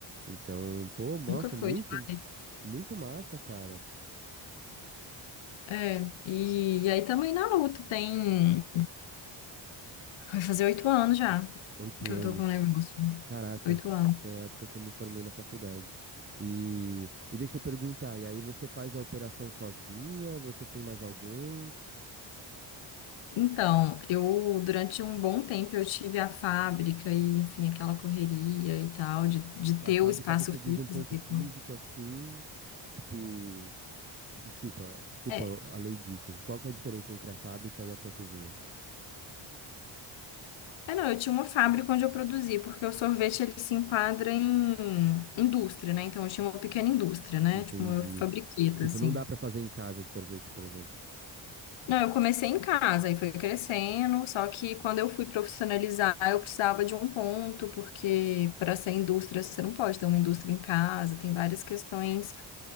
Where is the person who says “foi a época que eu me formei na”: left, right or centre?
Right